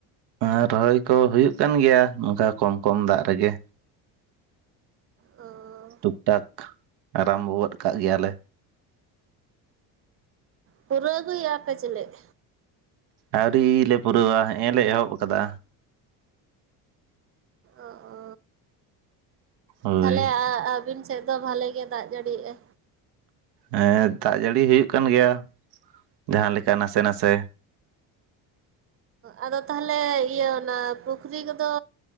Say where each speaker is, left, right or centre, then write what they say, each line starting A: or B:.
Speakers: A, on the right; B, on the right.
A: ᱟᱨ ᱨᱚᱦᱚᱭ ᱠᱚ ᱦᱩᱭᱩᱜ ᱠᱟᱱ ᱜᱮᱭᱟ ᱱᱚᱝᱠᱟ ᱠᱚᱢ ᱠᱚᱢ ᱫᱟᱜ ᱨᱮᱜᱮ
B: ᱚ
A: ᱴᱩᱠ ᱴᱟᱠ ᱟᱨᱟᱢᱵᱚ ᱜᱚᱫ ᱠᱟᱜ ᱜᱮᱭᱟᱞᱮ
B: ᱯᱩᱨᱟᱹ ᱟᱜᱩᱫ ᱭᱮᱜ ᱟ ᱞᱮ ᱪᱮᱞᱮᱫ
A: ᱟᱹᱣᱨᱤ ᱞᱮ ᱯᱩᱨᱟᱹᱣᱟ ᱦᱮᱸᱮ ᱞᱮ ᱮᱦᱚᱵ ᱟᱠᱟᱫᱟ
B: ᱚ ᱚ
A: ᱦᱳᱭ
B: ᱛᱟᱦᱞᱮ ᱟᱹᱵᱤᱱ ᱥᱮᱫ ᱫᱚ ᱵᱷᱟᱞᱮ ᱜᱮ ᱫᱟᱜ ᱡᱟᱹᱲᱤᱭᱮᱜᱼᱟ
A: ᱦᱮᱸ ᱫᱟᱜ ᱡᱟᱹᱲᱤ ᱦᱩᱭᱩᱜ ᱠᱟᱱ ᱜᱮᱭᱟ ᱡᱟᱦᱟᱸ ᱞᱮᱠᱟ ᱱᱟᱥᱮ ᱱᱟᱥᱮ <inaudible>
B: ᱟᱫᱚ ᱛᱟᱦᱞᱮ ᱤᱭᱟᱹ ᱚᱱᱟ ᱯᱩᱠᱷᱨᱤ ᱠᱚᱫᱚ